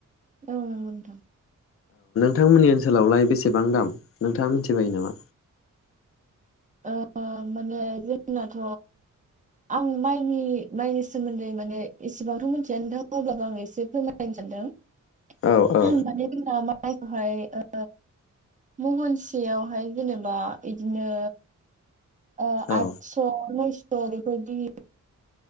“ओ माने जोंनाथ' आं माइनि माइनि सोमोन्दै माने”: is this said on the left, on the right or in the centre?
Right